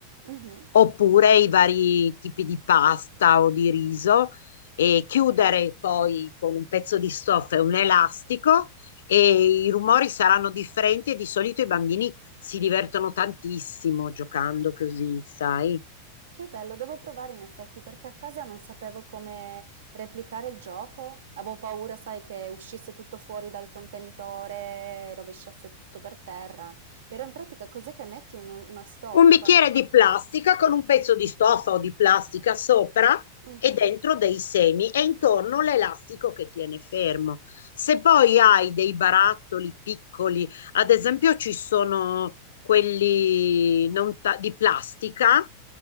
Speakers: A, on the right; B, on the left.
A: Mhm.
B: oppure i vari tipi di pasta o di riso e chiudere poi con un pezzo di stoffa e un elastico e i rumori saranno differenti e di solito i bambini si divertono tantissimo giocando così, sai?
A: Che bello, devo provare in effetti perché a casa non sapevo come replicare il gioco. Avevo paura, sai, che uscisse tutto fuori dal contenitore, rovesciasse tutto per terra. Però in pratica cos'è che metti? Uno- una stoffa?
B: Un bicchiere di plastica con un pezzo di stoffa o di plastica sopra
A: Mhm.
B: e dentro dei semi e intorno l'elastico che tiene fermo. Se poi hai dei barattoli piccoli, ad esempio ci sono quelli non ta- di plastica,